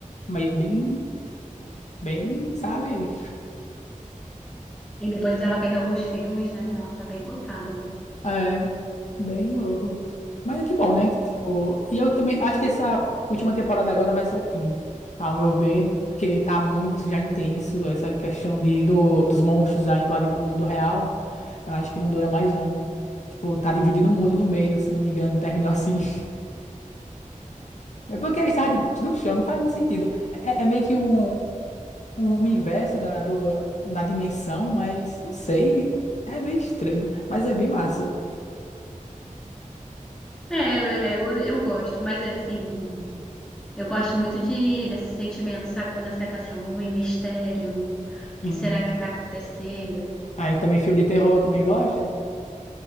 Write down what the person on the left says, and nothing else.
meio bem, bem, sabe?
É, bem louco. Mas é que bom, né? Que, tipo, e eu também acho que essa última temporada agora vai ser o fim, ao meu ver, porque tá muito já intenso essa questão de, do, dos monstros já invadindo o mundo real. Eu acho que não dura mais, não. Tipo, tá dividindo o mundo no meio, se eu não me engano, terminou assim. <laughs> É porque eles estavam
debaixo do chão, não faz muito sentido. É, é meio que um, um universo da, do, da dimensão, mas não sei. É meio estranho, mas é bem massa.
Sim.
Aí também filme de terror também gosta?